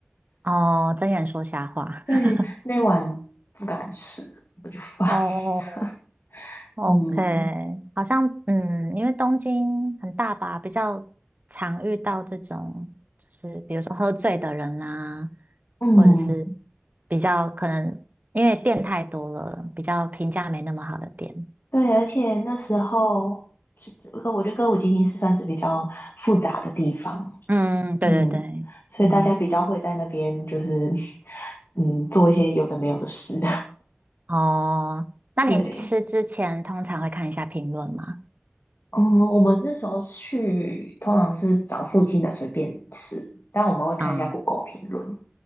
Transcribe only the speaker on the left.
对，
那碗不敢吃，我就放着。
<laughs>
嗯
嗯，
对，而且那时候这这个，我觉得歌舞伎町是算是比较复杂的地方，
嗯，所以大家比较会在那边就是
<laughs> 嗯做一些有的没有的事。
<laughs> 对，嗯，我们那时候去通常是找附近的随便吃，但我们会看一下
Google 评论，